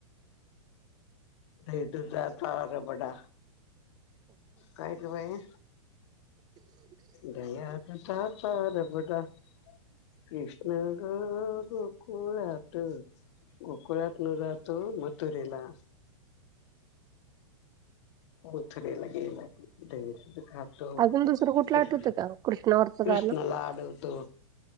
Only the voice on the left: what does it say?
दही दुधाचा आता रबडा. काय ग बाई दह्यात. दुधाचा रबडा. कृष्णा ग गोकुळतं. गोकुळात न जातो मधुरेला. मधुरेला गेला कि. इथं खातो
कृष
कृष्णला
आडवतो.